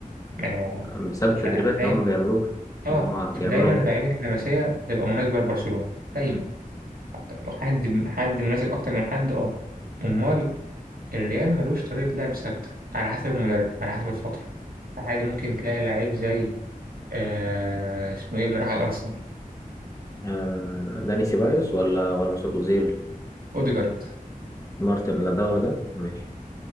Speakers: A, on the right; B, on the left.
A: آه
B: بسبب التدريبات
A: فدايما
B: اللي هم بيعملوها
A: اه
B: ما هم
A: فدايما
B: بيعملوا
A: لعيبة اللمسية بتبقى مناسبة لبرشلونة دايما حد حد مناسب أكتر من حد اه أمال الريال ملوش طريقة لعب ثابتة على حسب المدرب على حسب الفترة فعادي ممكن تلاقي لعيب زي آه اسمه ايه اللي راح الأرسنال
B: آه داني سيبايوس ولا ولا مسعود اوزيل
A: أوديجارد
B: مارتن لا ده ولا ده ماشي